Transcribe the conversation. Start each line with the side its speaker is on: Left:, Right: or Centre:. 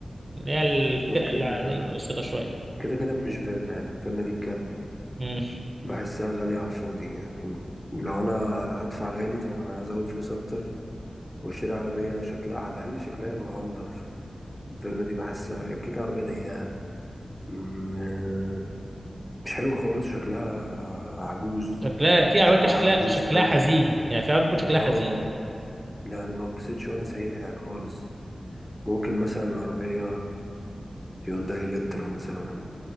Right: اللي هي الفئه
Left: ممكن
Right: العاديه
Left: آه،
Right: متوسطه شويه
Left: كده كده مش فيرنا يعني فيرنا دي الكلبه
Right: امم
Left: بحسها غاليه على الفاضي يعني لو انا هدفع غالي طب ما انا هزود فلوس اكتر واشتري عربية شكلها على الأقل شكلها يبقى أنضف فيرنا دي بحسها هي كيكة عربية ضيقة م- مش حلوة خالص شكلها عجوز
Right: شكلها في عربيات
Left: شكلها
Right: كده شكلها
Left: <laughs> عجوز
Right: شكلها
Left: قوي
Right: حزين يعني في عربيات بتكون شكلها
Left: اه
Right: حزين
Left: يعني ما اتبسطش وانا سايقها خالص ممكن مثلا عربية هيونداي الانترا مثلا